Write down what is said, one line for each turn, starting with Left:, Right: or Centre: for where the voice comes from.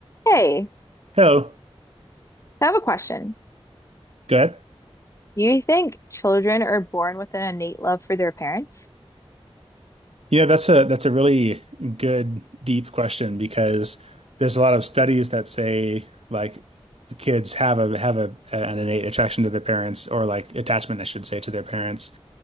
Left: Hey,
Right: Hello.
Left: I have a question.
Right: Go ahead.
Left: Do you think children are born with an innate love for their parents?
Right: You know, that's a that's a really good deep question because there's a lot of studies that say like the kids have a have a an innate attraction to their parents or like attachment, I should say, to their parents